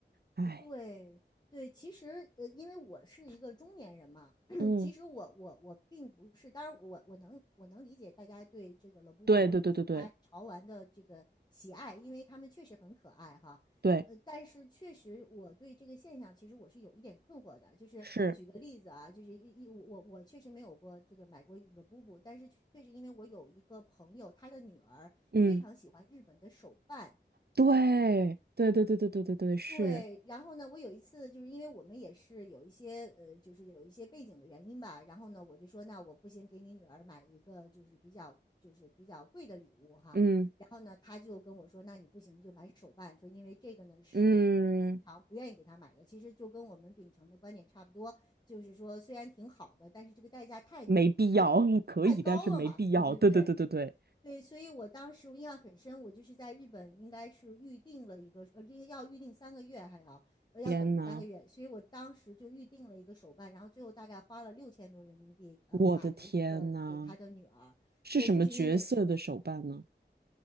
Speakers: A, on the right; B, on the left.
A: 哎，
B: 呃对对，其实呃，因为我是一个中年人嘛，<coughs>
A: 嗯，
B: <clears throat> 其实我我我并不是，当然我我能我能理解大家对这个 l 布布或者其他潮玩的这个喜爱，
A: 对对对对对
B: 因为他们确实很可爱哈。
A: 对，
B: 呃，但是确实我对这个现象其实我是有一点困惑的，就是举个例子啊，
A: 是，
B: 就是一一我我我确实没有过这个买过 l 布布，但是确实因为我有一个朋友，他的女儿非常喜欢日本的手办。
A: 嗯，对对对对对对对对是，
B: 对，然后呢，我有一次就是因为我们也是有一些呃，就是有一些背景的原因吧，然后呢，我就说那我不行，给你女儿买一个就是比较就是比较贵的礼物哈，
A: 嗯
B: 然后呢，她就跟我说，那你不行就买手办，说因为这个呢是我们通常不愿意给她买的，
A: 嗯。
B: 其实就跟我们秉承的观点差不多，就是说虽然挺好的，但是这个代价太太
A: 没必要，<laughs> 可以，
B: 太高了嘛，
A: 但是没必要。
B: 对对对。
A: 对对对对对，
B: 对，所以我当时我印象很深，我就是在日本，应该是预定了一个，呃，这个要预定三个月，还要呃要等三个月，
A: 天呐，
B: 所以我当时就预定了一个手办，然后最后大概花了六千多人民币，呃，
A: 我的天呐，
B: 买了一个给他的女儿。
A: 是什么角色的手办呢？
B: 对，就是因为